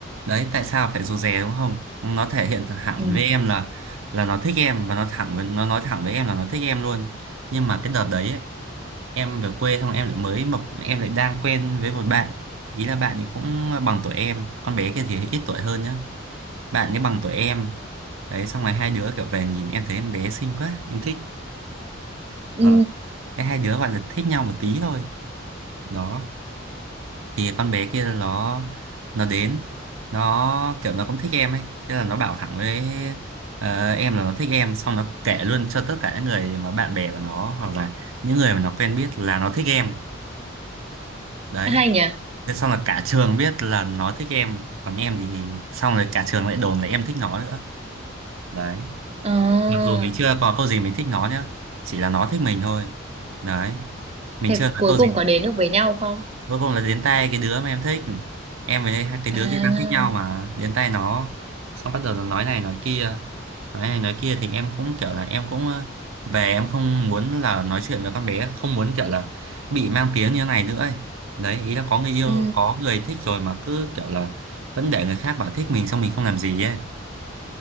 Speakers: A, on the right; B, on the right.
A: đấy tại sao phải rụt rè đúng không nó thể hiện thẳng
B: ừ
A: với em là là nó thích em và nó thẳng với nó nói thẳng với em là nó thích em luôn nhưng mà cái đợt đấy ấy, em về quê xong em lại mới mập em lại đang quen với một bạn ý là bạn ấy cũng bằng tuổi em con bé kia thì ít tuổi hơn nhá bạn ấy bằng tuổi em đấy xong rồi hai đứa kiểu về nhìn em thấy em bé xinh quá em thích
B: ừ
A: ờ cái hai đứa gọi là thích nhau một tí thôi đó thì con bé kia nó nó đến nó kiểu nó cũng thích em ấy thế là nó bảo thẳng với ờ, em là nó thích em xong nó kể luôn cho tất cả những người mà bạn bè của nó hoặc là những người mà nó quen biết là nó thích em đấy
B: hay nhỉ
A: thế xong là cả trường biết là nó thích em còn em thì xong rồi cả trường lại đồn là em thích nó nữa đấy
B: à,
A: mặc dù mình chưa có câu gì mình thích nó nhá chỉ là nó thích mình thôi đấy mình
B: thế
A: chưa nói
B: cuối
A: câu
B: cùng
A: gì
B: có đến được với nhau không
A: cuối cùng là đến tay cái đứa mà em thích em với hai cái
B: à
A: đứa kia đang thích nhau mà đến tay nó xong bắt đầu nó nói này nói kia nói này nói kia thì em cũng kiểu là em cũng ờ, về em không muốn là nói chuyện với con bé không muốn kiểu là bị mang tiếng như thế này nữa ấy. đấy ý là có người yêu
B: ừ
A: có người thích rồi mà cứ kiểu là vẫn để người khác bảo thích mình xong mình không làm gì ấy